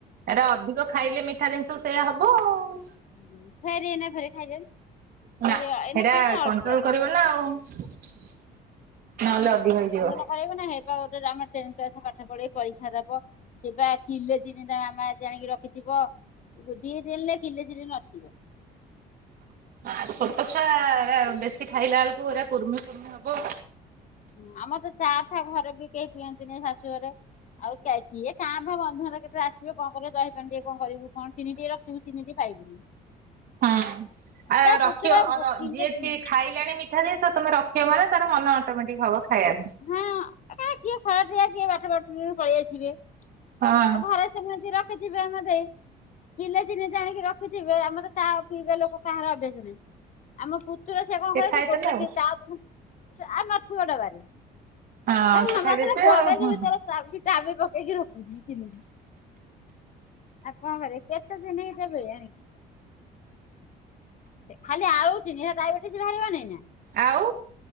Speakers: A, on the right; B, on the left.
A: ଏଟା ଅଧିକ ଖାଇଲେ ମିଠା ଜିନିଷ ସେଇୟା ହବ ଆଉ।
B: ହ ଫେରେ ଏନା ଫେରେ ଖାଇଲେଣି।
A: ନାଁ
B: ଫେରେ ଏଇନା
A: ସେଟା
B: ଖାଉଛନ୍ତି
A: କଣ୍ଟ୍ରୋଲ
B: ଅଳ୍ପ।
A: କରିବ ନାଁ ଆଉ ନହେଲେ ଅଧିକ ହେଇଯିବ।
B: କରବ ନାଁ ହେ ଆମ ଆସ ପାଠ ପଢେଇ ପରୀକ୍ଷା ଦବ। ସେ ବା କିଲେ ଚିନି ତା ମାମା ଜାଣିକି ରଖିଥିବ ଦି ଦିନେ କିଲେ ଚିନି ନଥିବ।
A: ଆଉ ଛୋଟ ଛୁଆ ଆ, ବେଶୀ ଖାଇଲା ବେଳକୁ ଏରା କୁର୍ମି ଫୁର୍ମି ହବ।
B: ହୁଁ, ଆମର ତ ଚା ଫା ଘରେ ବି କେହି ପିଅନ୍ତିନି ଶାଶୁଘର। ଆଉ କିଏ ଆସ, କିଏ କାଁ ଭାଁ ବନ୍ଧୁଘର କେତେଳେ ଆସିବେ କଣ କରିବେ ଦହିପାଣି ଟିକେ କଣ କରିବୁ କଣ ଚିନି ଟିକେ ରଖଥିବୁ, ଚିନି ଟି ପାଇବୁ। ହୁଁ।
A: ହଁ ଆ, ରଖିବ
B: ପୁତୁରା
A: ଅର
B: କିଲେ
A: ଯିଏ
B: ଚିନି
A: ସି ଖାଇଲାଣି ମି ଠା ଜିନିଷ ତୋମେ ରଖିବ ମାନେ ତାର ମନ ଅଟୋମେଟିକ୍ ହବ ଖାଇବା ପାଇଁ।
B: ହଁ ହଁ କିଏ ଖରା ଠିଆ କିଏ ବାଟର ବାଟରୁ ପଳେଇ ଆସିବେ। ଏ
A: ହଁ
B: ଘରେ ସେମିତି ରଖିଥିବେ ଆମେ ଦେଇ। କିଲେ ଚିନି ଜାଣିକି ରଖିଥିବେ, ଆମର ତ ଚା ପିଇବା ଲୋକ କାହାର ଅଭସ ନାହିଁ। ଆମ ପୁତୁର ସେ କଣ କରେ
A: ଖାଇଦେଲେ
B: ସେ ଗୋଟେ
A: ଆଉ
B: କି ତା ଦିନ ସେ ଆଉ ନଥିବ ଡବାରେ।
A: ହଁ
B: ତା
A: ସେ
B: ମାମା
A: ଖାଇ ଦେଇଥିବେ
B: ତାର ଗୋଡଜେ
A: ଆଉ ହୁଁ
B: ଭିତରେ ଚାବି ଚାବି ପକେଇକି ରଖୁଛିି ଚିନି କୁ। ଆଉ କଣ କରିବେ କେତେ ଚିନି ଦେବେ ଆଣିକି। ସେ ଖାଲି ଆଳୁ ଚିନି ସେ ଡାଇବେଟିସ୍ ବାହାରିବ ନାଇଁ ନା?
A: ଆଉ।